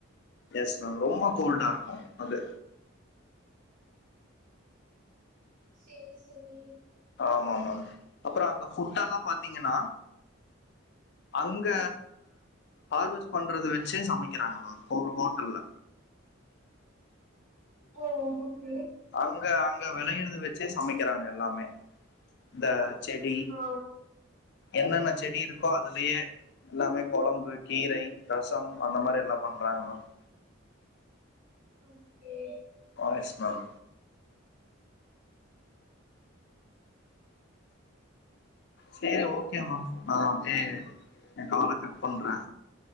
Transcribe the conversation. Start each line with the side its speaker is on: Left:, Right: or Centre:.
Left: எஸ் மேம் ரொம்ப கோல்டா இருக்கு அது
Right: சேர் செரி
Left: ஆமாமாங் அப்புற அங்க ஃபுட் எல்லா பாத்திங்கனா அங்க ஹார்வெஸ்ட் பண்றத வெச்சே சமைக்கிறாங்களா ஒரு ஹோட்டல்ல
Right: ஓ ஹோ ஓ
Left: அங்க அ அங்க வெளையறத வெச்சே சமைக்கிறாங்க எல்லாமே இந்த செடி
Right: ஆ
Left: என்னன்ன செடி இருக்கோ அதுலயே எல்லாமே கொழம்பு கீரை ரசம் அந்த மாரி எல்லா பண்றாங்க மேம்
Right: ஓகே
Left: வாஷ்னல் சேரி ஓகே மம் நா வே எ கால கட் பண்ற